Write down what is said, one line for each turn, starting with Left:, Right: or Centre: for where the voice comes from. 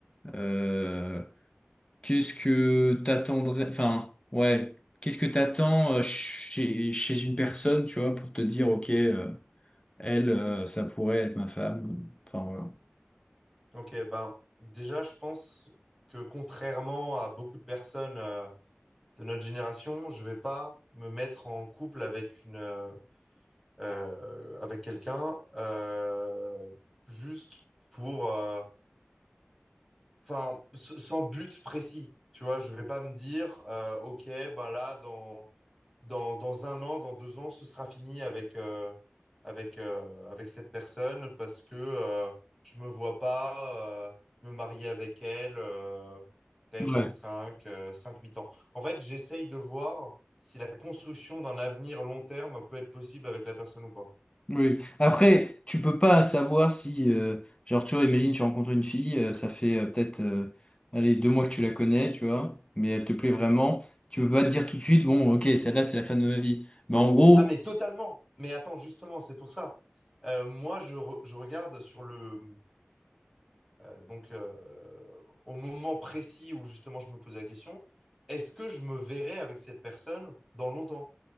Left: Euh, qu'est-ce que t'attendrais, enfin, ouais, qu'est-ce que t'attends euh, chez, chez une personne, tu vois, pour te dire, ok. euh, elle, euh, ça pourrait être ma femme. Enfin, voilà.
Centre: Ok, ben déjà, je pense que contrairement à beaucoup de personnes euh, de notre génération, je vais pas me mettre en couple avec une euh, euh, avec quelqu'un euh, juste pour euh, enfin s- sans but précis. Tu vois, je vais pas me dire euh, ok, ben là dans dans, dans un an, dans deux ans, ce sera fini avec, euh, avec, euh, avec cette personne parce que euh, je me vois pas euh, me marier avec elle euh, peut-être
Left: Ouais,
Centre: dans cinq euh, 5 8 ans. En fait, j'essaye de voir si la construction d'un avenir long terme peut être possible avec la personne ou pas.
Left: oui. Après, tu peux pas savoir si, euh, genre, tu vois, imagine, tu rencontres une fille, euh, ça fait euh, peut-être, euh, allez, deux mois que tu la connais, tu vois, mais elle te plaît vraiment. Tu peux pas te dire tout de suite, bon, ok, celle-là, c'est la femme de ma vie. Mais en gros,
Centre: Ah, mais totalement. Mais attends, justement, c'est pour ça. Euh, moi, je, re- je regarde sur le, Euh, donc, euh, au moment précis où justement je me pose la question, est-ce que je me verrai avec cette personne dans longtemps?